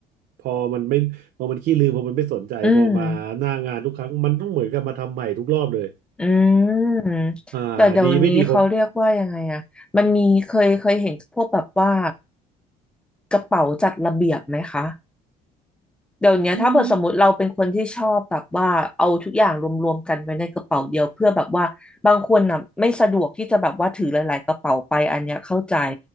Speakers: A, on the right; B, in the centre.
A: พอมันไม่พอมันขี้ลืมพอมันไม่สนใจพอมาหน้างานทุกครั้งมันต้องเหมือนกับมาทำใหม่ทุกรอบเลย
B: อืม อืม
A: อ่าดีไม่ดีผม
B: แต่เดี๋ยวนี้เขาเรียกว่ายังไงอะมันมีเคยเคยเห็นพวกแบบว่ากระเป๋าจัดระเบียบไหมคะเดี๋ยวเนี้ยถ้าเกิดสมมติเราเป็นคนที่ชอบแบบว่าเอาทุกอย่างรวมๆกันไว้ในกระเป๋าเดียวเพื่อแบบว่าบางคนน่ะไม่สะดวกที่จะแบบว่าถือหลายๆกระเป๋าไปอันเนี้ยเข้าใจ
A: อืม